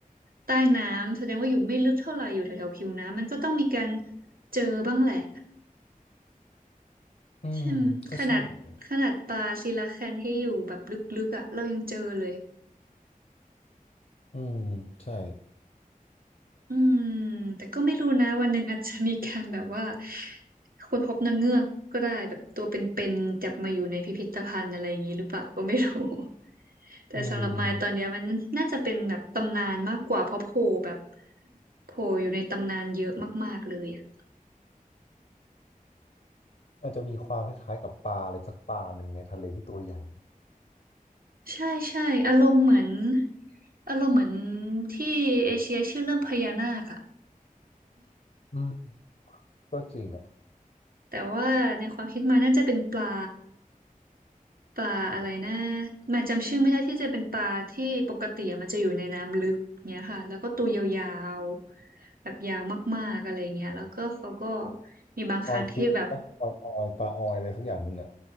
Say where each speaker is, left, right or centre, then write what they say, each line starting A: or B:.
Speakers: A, on the right; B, on the left.
A: ใต้น้ำแสดงว่าอยู่ไม่ลึกเท่าไหร่อยู่แถวๆผิวน้ำมันก็ต้องมีการเจอบ้างแหละ
B: อืมก็ใช่อยู่
A: เช่นขนาดขนาดปลาซิลาแคนที่อยู่แบบลึกๆอ่ะเรายังเจอเลย
B: อืมใช่
A: อืมแต่ก็ไม่รู้นะวันหนึ่งอาจจะมีการแบบว่าคนพบนางเงือกก็ได้แบบตัวเป็นๆจับมาอยู่ในพิพิธภัณฑ์อะไรอย่างนี้หรือเปล่าก็ไม่รู้ แต่สำหรับมายตอนเนี้ยมันน่าจะเป็นแบบตำนานมากกว่าเพราะโผล่แบบ
B: อืม
A: โผล่อยู่ในตำนานเยอะมากๆเลยอ่ะ
B: อาจจะมีความคล้ายๆกับปลาอะไรสักปลาหนึ่งในทะเลที่ตัวใหญ่
A: ใช่ใช่อารมณ์เหมือนอารมณ์เหมือนที่เอเชียชื่อเรื่องพญานาคอะ
B: อืมก็จริงอ่ะ
A: แต่ว่าในความคิดมายน่าจะเป็นปลาปลาอะไรนะมายจำชื่อไม่ได้ที่จะเป็นปลาที่ปกติอะมันจะอยู่ในน้ำลึกเนี้ยค่ะแล้วก็ตัวยาวๆแบบยาวมากๆอะไรเงี้ยแล้วก็เขาก็มีบางครั้งที่แบบ
B: ออยฟิตออยออยปลาออยอะไรสักอย่างหนึ่งอ่ะ